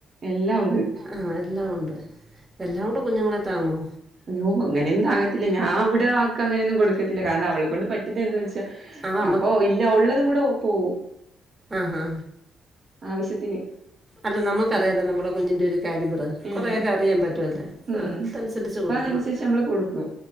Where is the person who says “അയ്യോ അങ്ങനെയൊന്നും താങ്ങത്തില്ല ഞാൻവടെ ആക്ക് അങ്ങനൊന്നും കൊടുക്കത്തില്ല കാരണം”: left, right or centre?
Right